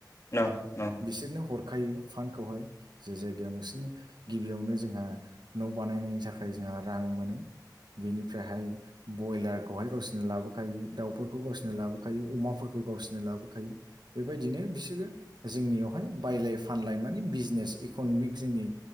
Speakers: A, on the left; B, on the right.
A: नंगौ नंगौ औ
B: बिसोरनो हरखायो फान्डखौहाय जे जायगायाव नोंसोरनि गिबियावनो जोंहा न' बानायनायनि थाखाय जोंहा रां मोनो बेनिफ्रायहाय बयलारखौहाय गावसोरनो लाबोखायो दाउफोरखौ गावसोरनो लाबोखायो अमाफोरखौ गावसोर नो लाबोखायो बेबायदिनो बिसोरो जोंनियावहाय बायलाय फानलाय माने बिजनेस इक'न'मिक जोंनि